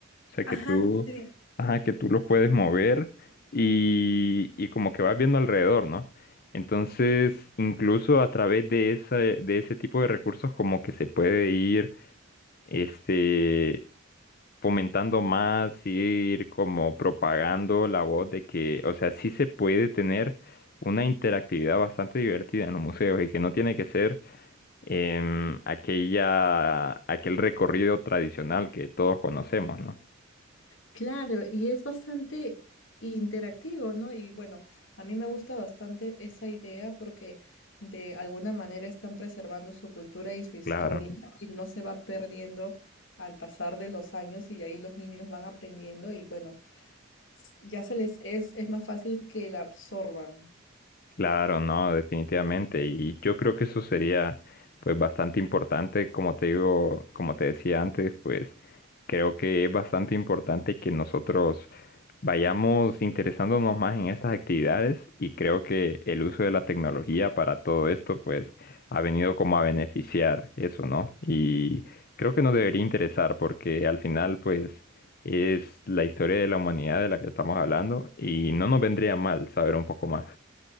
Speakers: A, on the left (about 50°); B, on the left (about 65°).
A: O sea,
B: Ajá,
A: que tú,
B: sí.
A: ajá, que tú los puedes mover y, y como que vas viendo alrededor, ¿no? Entonces, incluso a través de esa, de ese tipo de recursos, como que se puede ir, este, fomentando más, ir como propagando la voz de que, o sea, sí se puede tener una interactividad bastante divertida en los museos y que no tiene que ser em, aquella, aquel recorrido tradicional que todos conocemos, ¿no?
B: Claro, y es bastante interactivo, ¿no? Y bueno, a mí me gusta bastante esa idea porque de alguna manera están preservando su cultura y su historia
A: Claro,
B: y no se va perdiendo al pasar de los años y de ahí los niños van aprendiendo y bueno, s- ya se les es, es más fácil que la absorban.
A: claro, no, definitivamente. Y yo creo que eso sería pues bastante importante, como te digo, como te decía antes, pues creo que es bastante importante que nosotros vayamos interesándonos más en estas actividades y creo que el uso de la tecnología para todo esto pues ha venido como a beneficiar eso, ¿no? Y creo que nos debería interesar porque al final pues es la historia de la humanidad de la que estamos hablando y no nos vendría mal saber un poco más.